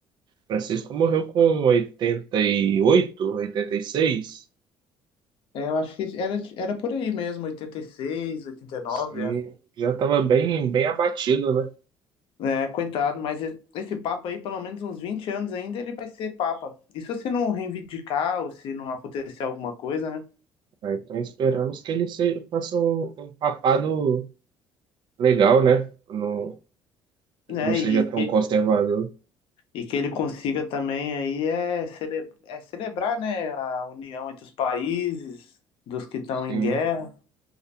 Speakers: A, on the right (about 55°); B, on the left (about 70°).
A: Francisco morreu com oitenta oitenta e oito, oitenta e seis.
B: É, eu acho que era, era por aí mesmo, 86, 89,
A: Sim,
B: é.
A: já estava bem, bem abatido, né?
B: É, coitado, mas e- esse Papa aí, pelo menos uns 20 anos ainda, ele vai ser Papa. Isso se não reivindicar ou se não acontecer alguma coisa, né?
A: Ah, Então esperamos que ele seja, faça um, um papado legal, né? Não,
B: né
A: não seja
B: e
A: tão
B: que
A: conservador.
B: E que ele consiga também aí é, cele- é celebrar, né, a união entre os países, dos que estão
A: Sim.
B: em guerra,